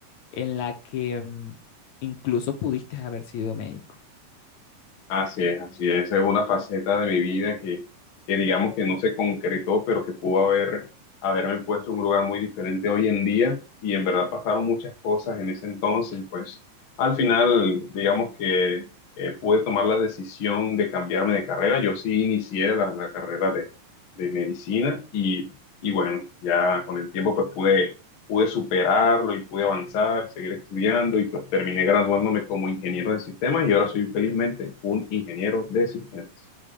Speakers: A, on the left (about 70°); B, on the left (about 90°).
A: en la que mm, incluso pudiste haber sido médico.
B: Así es, así es. Esa es una faceta de mi vida que, que digamos que no se concretó, pero que pudo haber, haberme puesto en un lugar muy diferente hoy en día. Y en verdad pasaron muchas cosas en ese entonces. Y pues al final, digamos que eh, pude tomar la decisión de cambiarme de carrera. Yo sí inicié la, la carrera de, de medicina y, y bueno, ya con el tiempo pues pude pude superarlo y pude avanzar, seguir estudiando y pues terminé graduándome como ingeniero de sistemas y ahora soy felizmente un ingeniero de sistemas.